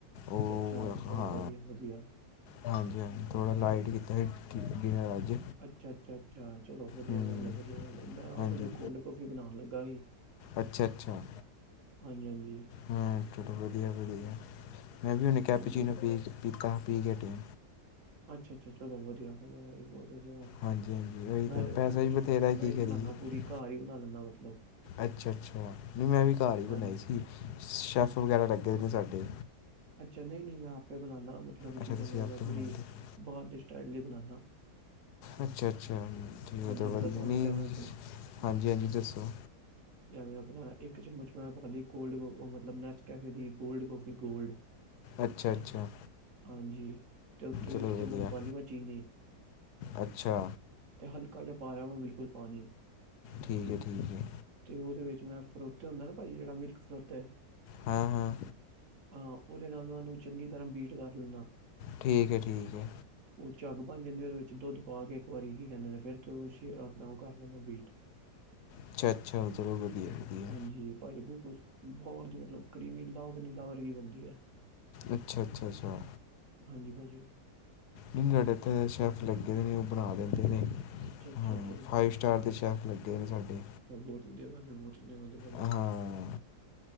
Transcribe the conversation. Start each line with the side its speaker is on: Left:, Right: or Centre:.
Right: ਅੱਛਾ
Left: ਉਹ
Right: -ਅੱਛਾ ਚਲੋ,
Left: ਹਾਂ
Right: ਵਧੀਆ- ਵਧੀਆ
Left: ਹਾਂਜੀ -ਹਾਂਜੀ ਥੋੜਾ ਲਾਈਟ ਕੀਤਾ ਸੀ, ਡਿਨਰ ਅੱਜ
Right: ਅੱਛਾ - ਅੱਛਾ -ਅੱਛਾ ਚਲੋ ਵਧੀਆ
Left: ਹੂੰ
Right: ਗੱਲ, ਵਧੀਆ ਗੱਲ, ਮੈਂ, ਆਪ
Left: ਹਾਂਜੀ
Right: ਹੁਣੇ ਕੋਲਡ ਕਫੀ ਬਣਾਉਣ ਲੱਗਾ ਹੀ।
Left: ਅੱਛਾ -ਅੱਛਾ
Right: ਹਾਂਜੀ- ਹਾਂਜੀ
Left: ਹਾਂ, ਚਲੋ ਵਧੀਆ- ਵਧੀਆ ਮੈਂ, ਵੀ ਹੁਣ ਕੈਪ
Right: ਹਾਂਜੀ
Left: ਚੀਨੋ
Right: ਬ
Left: ਪੀ ਪ ਕਾਫੀ ਪੀ ਕੇ ਹਟਿਆ।
Right: ਅੱਛਾ -ਅੱਛਾ ਚਲੋ, ਵਧੀਆ ਭੱਲੇ ਭ ਬਹੁੀ
Left: ਹਾਂਜੀ ਹਾਂਜੀ ਉਹੀ
Right: ਮੈਂਦੇ
Left: ਤਾਂ
Right: ਮਤਲਬ
Left: ਪੈਸਾ ਵੀ
Right: ਰੈਸਟੋਰੈਂਟ
Left: ਬਥੇਰਾ
Right: ਸਟਲ
Left: ਕੀ ਕਰੀਏ
Right: ਬਣਾਦਾ, ਪੂਰੀ ਘਰ ਹੀ ਬਣਾ ਲੈਂਦਾ ਮਤਲਬ
Left: ਅੱਛਾ- ਅੱਛਾ ਨਹੀਂ ਮੈਂ ਵੀ ਘਰ ਹੀ
Right: ਹਾਂਜੀ।
Left: ਬਣਾਈ ਸੀ, ਸ਼ੈੱਫ ਵਗੈਰਾ, ਲੱਗੇ ਨੇ ਸਾਡੇ
Right: ਅੱਛਾ, ਨਹੀਂ -ਨਹੀਂ ਮੈਂ ਆਪੇ ਬਣਾਉਦਾ, ਮਤਲਬ
Left: ਅੱਛਾ
Right: ਕੀ
Left: ਤੁਸੀਂ
Right: ਕਹਿੰਦੇ ਨੇ,
Left: ਆਪ
Right: ਮੈਂ
Left: ਤੋਂ ਬਣਾਉਂਦੇ
Right: ਬੂਰੀ ਬਾਹਰ ਦੇ ਸਟਾਈਲ ਲਈ ਬਣਾਉਦਾ।
Left: ਅੱਛਾ -ਅੱਛਾ ਉਹ ਤਾਂ
Right: ਦੱਸਦਾ
Left: ਵਧੀਆ
Right: ਤੁਹਾਨੂੰ
Left: ਨਹੀਂ
Right: ਕਿਵੇਂ
Left: ਹਾਂਜੀ -ਹਾਂਜੀ ਦੱਸੋ।
Right: ਜਵੇ, ਆਪਣਾ ਇੱਕ ਚਮਚ ਮੈਂ ਪਾ ਲਈ, ਕੋਲਡ ਮਤਲਬੈ ਨੈਸ ਕੈਫੇ ਦੀ ਗੋਲਡ ਕਫੀ ਗੋਲਡ
Left: ਅੱਛਾ -ਅੱਛਾ
Right: ਹਾਂਜੀ, ਤੇ ਉੱਤੋਂ
Left: ਚਲੋ
Right: ਇੱਕ ਚਮਚ
Left: ਵਧੀਆ
Right: ਪਾ ਲਈਿ, ਮੈਂ ਚੀਨੀ
Left: ਅੱਛਾ
Right: ਤੇ ਹਲਕਾ ਜ ਪਾਰਾਵਾਂ ਬਿਲਕੁਲ ਪਾਣੀ।
Left: ਠੀਕ ਹੈ ਠੀਕ ਹੈ
Right: ਤੇ ਉਹਦੇ ਵਿੱਚ ਮੈਂ ਫਰੋਤੇ ਹੁੰਦਾ ਨਾ, ਭਾਜੀ ਜਿਹੜਾ ਮਿਲਕ ਫਰੋਤਾ
Left: ਹਾਂ ਹਾਂ
Right: ਹਾਂ, ਉਹਦੇ ਨਾਲ ਮਨੂੰ ਚੰਗੀ ਤਰ੍ਹਾਂ ਬੀਟ ਕਰ ਲੈਂਦਾ।
Left: ਠੀਕ ਏ, ਠੀਕ ਏ
Right: ਓਹ ਝੱਗ ਬਣ ਜਾਂਦੀ ਉਹਦੇ ਵਿੱਚ ਦੁੱਧ ਪਾ ਕੇ ਇੱਕ ਵਾਰੀ ਕੀ ਕੇਂਦੇ ਨੇ ਫਿਰ ਤੇ ਤੁਸੀ ਆਪਣਾ ਉਹ ਕਰ ਲੈਂਨਾ ਬੀਟ।
Left: ਅੱਛਾ- ਅੱਛਾ, ਚਲੋ ਵਧੀਆ- ਵਧੀਆ
Right: ਜੀ ਪਾਜੀ ਬਿਲਕੁਲ ਬਰ ਜ ਮਤਲਬ ਕਰੀਮੀ ਲਵਰ ਨ ਲਵਰਗੀ ਬੰਦੇ ਐ।
Left: ਅੱਛਾ- ਅੱਛਾ- ਸੋਰੀ
Right: ਹਾਂਜੀ ਪਾਜੀ।
Left: ਨਈ ਸਾਡੇ ਏਥੇ ਤੇ ਸ਼ੈੱਫ ਲੱਗੇੇ ਨੇ ਓਹ ਬਣਾ ਦਿੰਦੇ ਨੇ
Right: ਅੱਛਾ ਅੱਛਾ
Left: ਹਮ
Right: ਚਲੋ
Left: ਫਾਈਵ ਸਟਾਰ ਦੇ ਸ਼ੈਫ ਲੱਗੇ ਨੇ ਸਾਡੇ।
Right: ਬੋਤ ਵਦੀਆ ਗੱਲ ਵੇ, ਬੋਤ ਵਦੀਆ ਗੱਲ ਏ ਪਾਜੀ।
Left: ਹਾਂ